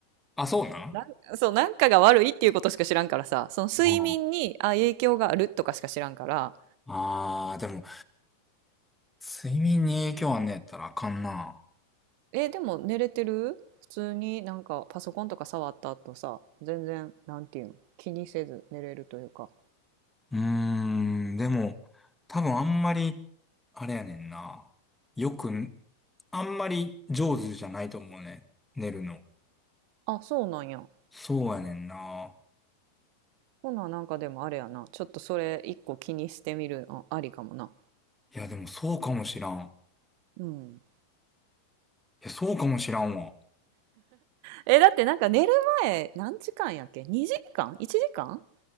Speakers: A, in the centre; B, on the right (about 45°).
A: あ、そうなん
B: なんそう、なんかが悪いっていうことしか知らんからさ、その睡眠に、
A: あ
B: あ、影響があるとかしか知らんから、
A: ああー、でも、睡眠に影響あんねやったらあかんな。
B: え、でも寝れてる普通になんかパソコンとか触った後さ、全然、なんていうん気にせず寝れるというか。
A: うーん、でも、多分あんまり、あれやねんな。よく、あんまり上手じゃないと思うね。寝るの。
B: あ、そうなんや。
A: そうやねんな。
B: ほな、なんかでもあれやな。ちょっとそれ一個気にしてみるのありかもな。
A: いや、でもそうかもしらん。
B: うん。
A: いや、そうかもしらんわ。
B: え、だってなんか寝る前何時間やっけ ?2 時間 ?1 時間